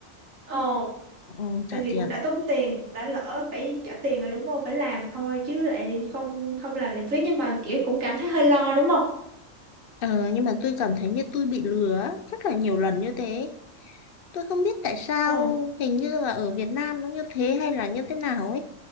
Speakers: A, on the right (about 75°); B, on the left (about 55°).
A: ồ
B: ừ,
A: tại
B: trả
A: vì
B: tiền
A: cũng đã tốn tiền đã lỡ phải trả tiền rồi đúng không phải làm thôi chứ lại không không làm lại phí nhưng mà kiểu cũng cảm thấy hơi lo đúng không
B: Ờ, nhưng mà tôi cảm thấy như tôi bị lừa á, rất là nhiều lần như thế tôi không biết tại sao
A: Ờ.
B: hình như là ở Việt Nam nó như thế hay là như thế nào ấy